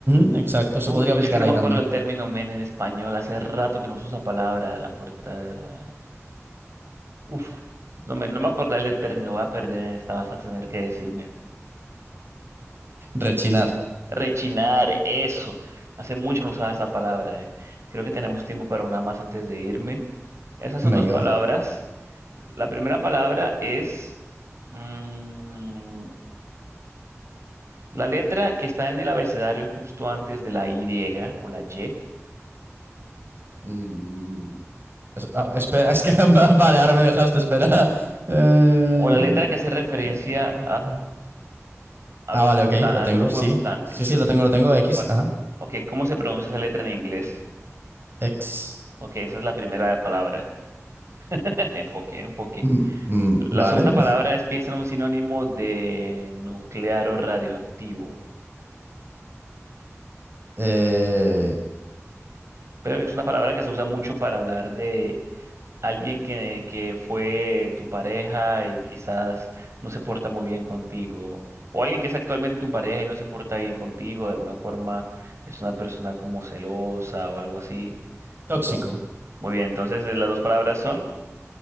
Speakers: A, on the right; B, on the right.
A: ujú, exacto, se
B: Uf,
A: podría
B: es
A: aplicar
B: que no
A: ahí
B: me acuerdo
A: también.
B: el término men en español. Hace rato que no uso esa palabra. La puerta. Uf, no me, no me acordaba el de término. Voy a perder. Esta vas a tener que decirme.
A: Rechinar.
B: Rechinar, eso. Hace mucho no usaba esa palabra. eh. Creo que tenemos tiempo para una más antes de irme. Esas
A: Venga,
B: son dos palabras.
A: va.
B: La primera palabra es mm, la letra que está en el abecedario justo antes de la Y o la Y.
A: Mm, es- a- espera, es que <laughs> va- vale, ahora me dejaste esperar. Eh,
B: O la letra que hace referencia
A: eh,
B: a
A: ah,
B: los
A: vale,
B: muta-
A: ok, lo
B: al
A: tengo,
B: grupo
A: sí.
B: de mutantes.
A: Sí, sí, lo tengo, lo tengo. X,
B: ¿Cuál?
A: ajá.
B: Ok, ¿cómo se pronuncia esa letra en inglés?
A: X.
B: Ok, esa es la primera palabra. <laughs> Enfoque, enfoque.
A: Mm, mm,
B: La
A: vale.
B: segunda palabra es piensa en un sinónimo de nuclear o radioactivo.
A: <laughs> Eh,
B: Pero es una palabra que se usa mucho para hablar de alguien que, que fue tu pareja y quizás no se porta muy bien contigo. O alguien que es actualmente tu pareja y no se porta bien contigo. De alguna forma es una persona como celosa o algo así.
A: tóxico.
B: Entonces, muy bien, entonces eh, las dos palabras son,